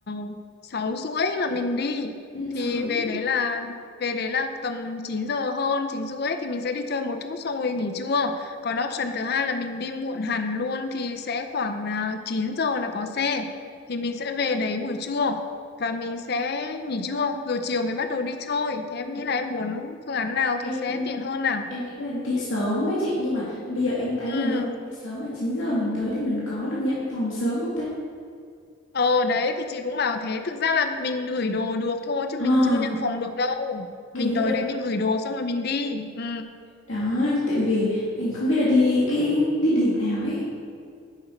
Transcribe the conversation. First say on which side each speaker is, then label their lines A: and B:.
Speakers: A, on the left (about 50°); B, on the left (about 70°).
A: uh, 6 rưỡi là mình đi
B: ừ,
A: thì
B: sáu rưỡi.
A: về đấy là về đấy là tầm 9 giờ hơn 9 rưỡi thì mình sẽ đi chơi một chút xong rồi nghỉ trưa còn option thứ hai là mình đi muộn hẳn luôn thì sẽ khoảng là 9 giờ là có xe thì mình sẽ về đấy buổi trưa và mình sẽ nghỉ trưa rồi chiều mới bắt đầu đi chơi thì em
B: Ừ.
A: nghĩ là em muốn phương án nào
B: Em
A: thì sẽ tiện hơn nào
B: em nghĩ là đi sớm ấy chị nhưng mà bây giờ em thấy là
A: ừ
B: nếu mình đi sớm mà 9 giờ mình tới thì mình có được nhận phòng sớm không ta?
A: Ờ đấy thì chị cũng bảo thế Thực ra là mình gửi đồ được thôi Chứ
B: À,
A: mình chưa nhận phòng được đâu Mình
B: kiểu như
A: tới
B: là
A: đấy mình gửi đồ xong rồi mình đi ừ.
B: đó, tại vì em không biết là đi cái địa điểm nào ấy.